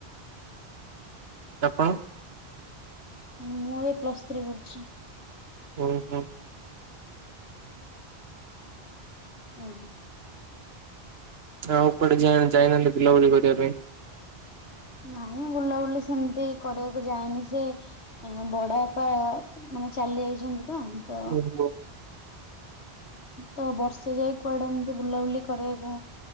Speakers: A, on the right; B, on the left.
A: ଆପଣ?
B: ମୁଁ ଏବେ ପ୍ଲସ୍ ଥ୍ରୀ କରୁଛି।
A: ହୁଁ ହୁଁ।
B: ହୁଁ ହୁଁ।
A: ଆଉ କୁଆଡ଼େ ଯାଇ ଯାଇନାହାନ୍ତି ବୁଲା ବୁଲି କରିବା ପାଇଁ।
B: ନାଇଁ ବୁଲାବୁଲି ସେମିତି କରିବାକୁ ଯାଇନି ସେ ଏ ବଡ଼ ବାପା ମାନେ ଚାଲି ଯାଇଛନ୍ତି ତ
A: <unintelligible>
B: ତ ବର୍ଷେ ଯାଏ କୁଆଡ଼େ ଏମିତି ବୁଲାବୁଲି କରିବାକୁ